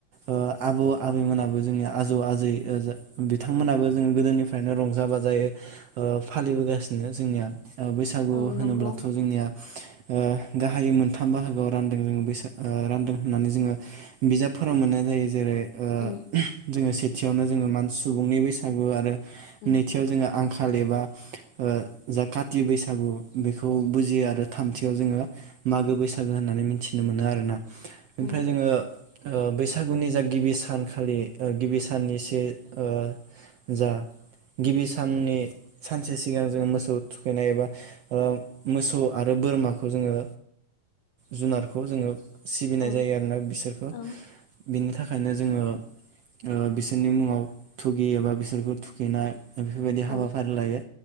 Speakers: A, on the right (about 70°); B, on the left (about 85°).
A: ओ आबौ - आबैमोनाबो जोंनि आजौ - आजै बिथांमोनाबो जों गोदोनिफ्रायनो रंजा - बाजायै ओ फालिबोगासिनो जोंनिया। औ बैसागु
B: औ
A: होनोब्ला
B: नंगौ
A: जोंनिया ओ गाहायै मोनथाम बाहागोआव रानदों जोङो बैसाग रानदों होननानै जोङो बिजाबफोराव मोननाय जायो। जेरै ओ
B: उम
A: जोङो सेथियावनो जोङो मान सुबुंनि बैसागु आरो
B: उम
A: नैथियाव जोङो आं खालिबा ओ जा काति बैसागु बे खौ बुजियो आरो थामथियाव जोङो मागो बैसागो होननानै मिथिनो मोनो आरो ना। ओमफ्राय
B: उम
A: जोङो ओ बैसागुनि जा गिबि सानखालि ओ गिबि साननि से ओ जा गिबि साननि सानसे सिगां जों मोसौ थुखैनाय एबा ओ मोसौ आरो बोरमाखौ जोङो जुनारखौ जोङो सिबिनाय
B: औ
A: जायो आरोना बिसोरखौ।
B: औ
A: बिनि थाखायनो जोङो ओ बिसोरनि मुङाव थुगि एबा बिसोरखौ थुखैनाय बेफोरबायदि
B: औ
A: हाबाफारि लायो